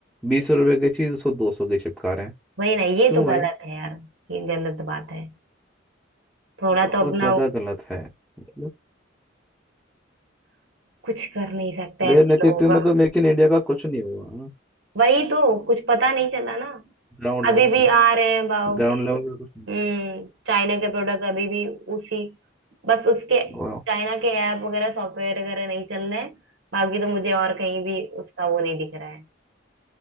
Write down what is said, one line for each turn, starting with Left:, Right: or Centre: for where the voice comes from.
Centre: बीस रुपए की चीज़ उसको दो सौ की चिपका रहे हैं
Right: वही ना ये
Centre: क्यों
Right: तो गलत
Centre: भाई
Right: है यार ये गलत बात है थोड़ा
Centre: बहुत
Right: तो अपना
Centre: ज्यादा गलत है मतलब
Right: कुछ कर नहीं सकते
Centre: मेरे
Right: ऐसे
Centre: नेतृत्व
Right: लोगों
Centre: में
Right: का
Centre: तो मेक इन इंडिया का कुछ नहीं हुआ है ना
Right: वही तो कुछ पता नहीं चला ना
Centre: ग्राउंड
Right: अभी
Centre: लेवल
Right: भी
Centre: का
Right: आ रहे हैं भाव
Centre: ग्राउंड लेवल पे कुछ नहीं
Right: हम्म चाइना के प्रोडक्ट अभी भी उसी बस उसके
Centre: हुआ वो-
Right: चाइना के ऐप वगैरह सॉफ्टवेयर वगैरह नहीं चल रहे हैं बाकी तो मुझे और कहीं भी उसका वो नहीं दिख रहा है